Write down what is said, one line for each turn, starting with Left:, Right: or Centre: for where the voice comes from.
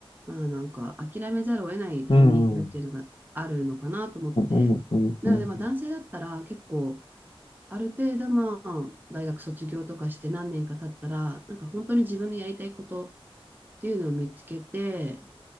Right: まあなんか諦めざるを得ないタイミングっていうのがあるのかなと思って、
Left: うん、うん、うん、うん、うん、
Right: なのでまあ男性だったら結構、
Left: うん、
Right: ある程度まあ、大学卒業とかして何年か経ったら、なんか本当に自分のやりたいことっていうのを見つけて、